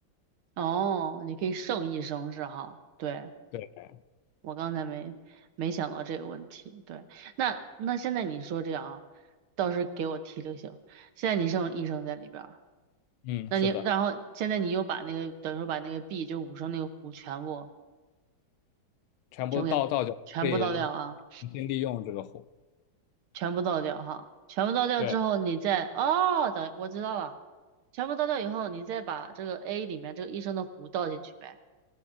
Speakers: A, on the right (about 85°); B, on the left (about 85°).
A: 哦，你可以剩一升是哈，对，
B: 对，
A: 我刚才没没想到这个问题，对，那那现在你说这样啊，倒是给我提了行，现在你剩一升在里边儿。
B: 嗯，
A: 那你，
B: 是的，
A: 然后现在你又把那个，等于说把那个 B 就五升那个壶全部
B: 全部倒倒掉，
A: 全部给全部倒掉啊，
B: 可以重新利用这个弧。
A: 全部倒掉哈，全部倒掉之后，
B: 对
A: 你再哦，等我知道了，全部倒掉以后，你再把这个 A 里面这个一升的壶倒进去呗，